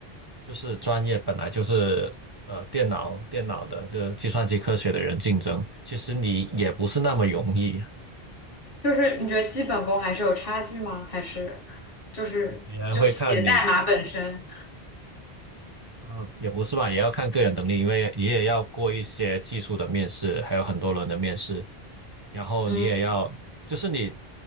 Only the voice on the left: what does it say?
就是你觉得基本功还是有差距吗？还是就是就写代码本身？
嗯